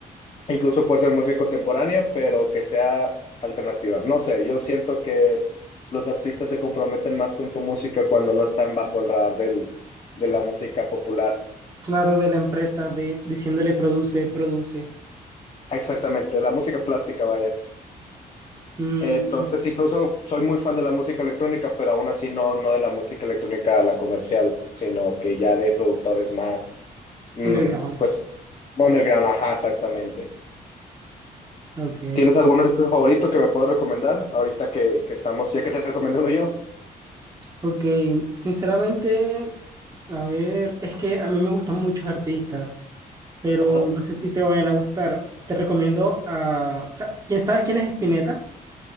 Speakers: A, on the left (about 40°); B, on the right (about 25°).
A: Incluso puede ser música contemporánea, pero que sea alternativa. No sé, yo siento que los artistas se comprometen más con su música cuando no están bajo el radar del, de la música popular.
B: Claro, de la empresa de diciéndole produce, produce.
A: Exactamente, la música plástica, vaya.
B: Mm,
A: Entonces, incluso soy muy fan de la música electrónica, pero aún así no, no de la música electrónica, la comercial, sino que ya de productores más, mm,
B: underground.
A: pues, underground, ajá, exactamente.
B: Ok,
A: ¿Tienes algún artista favorito que me puedas recomendar ahorita que, que estamos, ya que te recomiendo uno yo?
B: ok. Sinceramente, a ver, es que a mí me gustan muchos artistas, pero
A: Ajá.
B: no sé si te vayan a gustar. Te recomiendo a... sa- ¿Quién sabes quién es Spinetta?